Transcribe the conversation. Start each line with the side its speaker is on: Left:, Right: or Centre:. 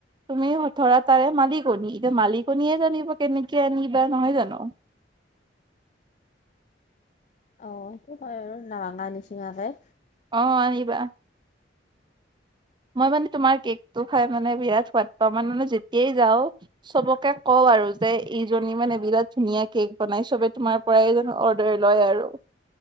Right: তুমি হঠৰা তাৰে মালিকনী এতিয়া মালিকনীয়ে জানিব কেনেকে আনিবা' নহয় জানো?
Left: অ সেইটো হয় আৰু নৰিঙা নিচিঙাকে।
Right: অ আনিবা। মই মানে তোমাৰ কেকটো খাই মানে বিৰাট সোৱাদ পাওঁ মানে মানে যেতিয়াই যাওঁ সবকে কও আৰু যে ইজনী মানে বিৰাট ধুনীয়া কেক বনাই চবে তোমাৰ পৰাই এজন অৰ্ডাৰ লয় আৰু।